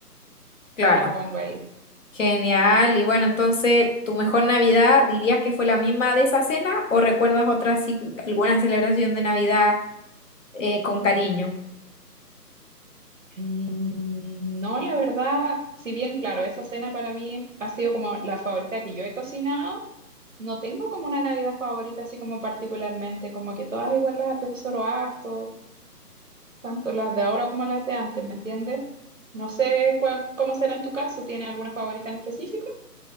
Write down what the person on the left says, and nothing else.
claro.
Genial. Y bueno, entonces, ¿tu mejor Navidad dirías que fue la misma de esa cena o recuerdas otra, así, alguna celebración de Navidad eh, con cariño?